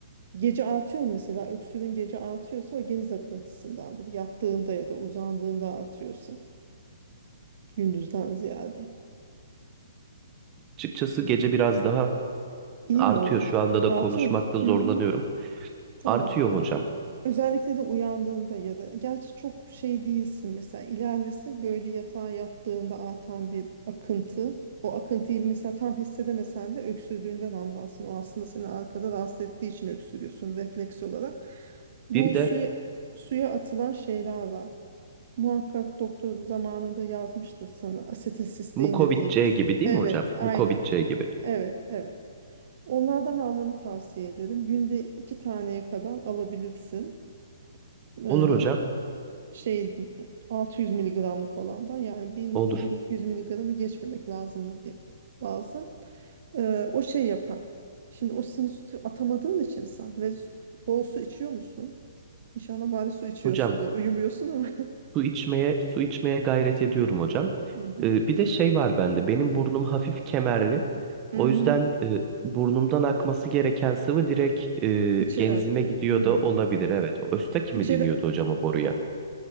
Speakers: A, on the right; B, on the right.
A: gece artıyor mu mesela öksürüğün gece artıyorsa o geniz akıntısındandır. Yattığında ya da uzandığında artıyorsa gündüzden ziyade.
B: Açıkçası gece biraz daha
A: İyi
B: artıyor.
A: mi oluyor?
B: Şu anda da
A: Artıyor
B: konuşmakta
A: mu?
B: zorlanıyorum.
A: Hı hı. Tamam.
B: Artıyor hocam.
A: Özellikle de uyandığında ya da gerçi çok şey değilsin mesela ilerlese böyle yatağa yattığında atan bir akıntı o akıntıyı mesela tam hissedemesen de öksürdüğünden anlarsın. O aslında seni arkada rahatsız ettiği için öksürüyorsun refleks olarak. Bu
B: Bir de
A: suya, suya atılan şeyler var. Muhakkak doktor zamanında yazmıştı sana asetilsistein
B: Mukovitçe
A: dediğimiz.
B: gibi değil
A: Evet,
B: mi hocam?
A: aynen.
B: Mukovitçe gibi.
A: Evet, evet. Onlardan almanı tavsiye ederim. Günde iki taneye kadar alabilirsin. Eee,
B: Olur hocam.
A: şey 600 miligramlık olandan yani 1000,
B: Olur.
A: 1200 miligramı geçmemek lazımdı diye lazım. Eee, o şey yapar. Şimdi o sinüsü atamadığın için sen ve s- bol su içiyor musun? İnşallah bari su içiyorsundur.
B: Hocam
A: Uyumuyorsun ama. <laughs>
B: su içmeye su içmeye gayret ediyorum hocam.
A: Hı hı.
B: Ee, bir de şey var bende. Benim burnum hafif kemerli.
A: Hı
B: O
A: hı.
B: yüzden e, burnumdan akması gereken sıvı direkt e,
A: İçeri
B: genzime
A: akıyor.
B: gidiyor
A: Hı.
B: da olabilir. Evet. Östaki
A: İçeri
B: mi deniyordu hocam o boruya?